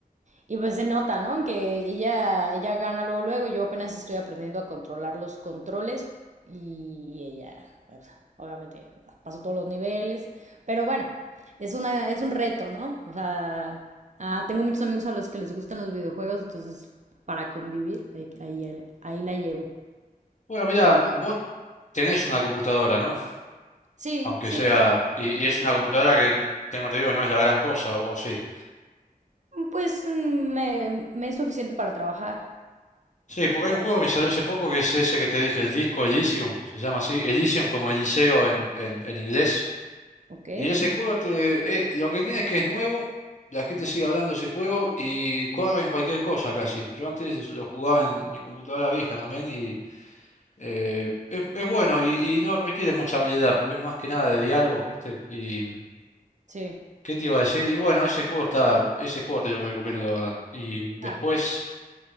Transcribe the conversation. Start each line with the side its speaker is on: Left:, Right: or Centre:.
Right: y pues se nota, ¿no? Que ella, ella gana luego, luego, yo apenas estoy aprendiendo a controlar los controles y ella, pues, obviamente, pasó todos los niveles, pero bueno, es, una, es un reto, ¿no? O sea, ah, tengo muchos amigos a los que les gustan los videojuegos, entonces para convivir, ahí, ahí, ahí la llevo.
Left: Bueno, mira, vos tenés una computadora, ¿no?
Right: Sí,
Left: Aunque
Right: sí,
Left: sea. Y, y es una computadora que, tengo te digo, no es la gran cosa, o, o sí.
Right: pues mm, me, me es suficiente para trabajar,
Left: Sí, porque hay un juego que salió hace poco que es ese que te dije, el disco Elysium, se llama así. Elysium como Eliseo en, en, en inglés.
Right: ¿ok?
Left: Y ese juego te, eh, lo que tiene es que es nuevo, la gente sigue hablando de ese juego y corre en cualquier cosa casi. Yo antes lo jugaba en mi computadora vieja también y Eh, es, es bueno y, y no requiere mucha habilidad porque es más que nada de diálogos, ¿viste? Y mm,
Right: Sí.
Left: ¿qué te iba a decir? Y bueno, ese juego está, ese juego te lo recomiendo, la verdad. Y mm, después,
Right: Ah,